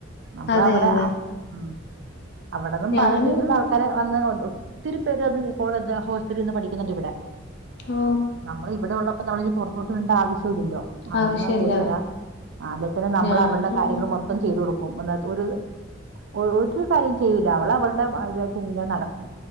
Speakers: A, on the right; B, on the left.
A: നമ്മള്
B: അതെ
A: അവിടെ
B: അതെ
A: ഉം അവിടെന്നും
B: ഞാനും
A: പല സൈസ് ഉള്ള ആൾക്കാര് വന്ന് ഒത്തിരി പേര് വന്ന് ഹോസ്റ്റലിൽ നിന്ന് പഠിക്കുന്നുണ്ട് ഇവിടെ
B: ഓ
A: നമ്മള് ഇവിടെ ഉള്ളപ്പം നമ്മളിനി പൊർത്തോട്ട് വിടണ്ട ആവശ്യം ഇല്ലല്ലോ. അന്നന്ന്
B: ആവശ്യല്ല
A: പോയി വരാം. അല്ലേ പിന്നെ നമ്മള്
B: ഞാൻ
A: അവളെ കാര്യങ്ങൾ മൊ ത്തം ചെയ്തു കൊടുക്കും <unintelligible> ഒരു കാര്യവും ചെയ്യില്ല അവള് അവൾടെ എഹ് ഇതാ യിട്ട് ഇങ്ങെ നടക്കും